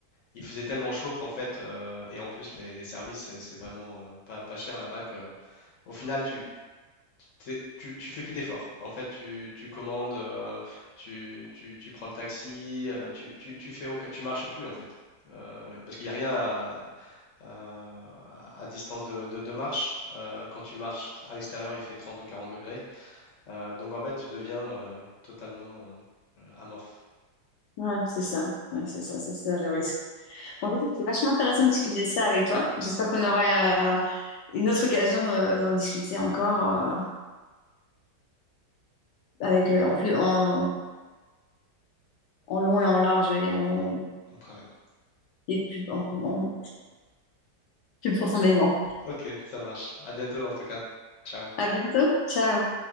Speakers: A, on the left; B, on the left.
A: il faisait tellement chaud qu'en fait, euh, et en plus les, les services, c'est c'est vraiment euh, pas, pas cher là-bas que au final, tu, t'es- Tu, tu fais plus d'efforts. En fait, tu, tu commandes, euh, tu, tu- tu prends le taxi, euh, tu, tu, tu fais aucun- tu marches plus en fait. Euh, parce qu'il n'y a rien à, à- à distance de, de- de marche. Euh, quand tu marches à l'extérieur, il fait 30 ou 40 degrés. Euh, donc en fait, tu deviens euh, totalement euh, amorphe
B: Ouais, c'est ça. Ouais, c'est ça, c'est ça le risque. Bon, En fait, c'est vachement intéressant de discuter de ça avec toi. J'espère qu'on aura euh, une autre occasion de- d'en discuter encore euh, avec euh, en plus en, en long et en large et en
A: en travers.
B: et plus en- en- plus profondément.
A: Ok, ça marche. À bientôt en tout cas. Ciao.
B: À bientôt. Ciao.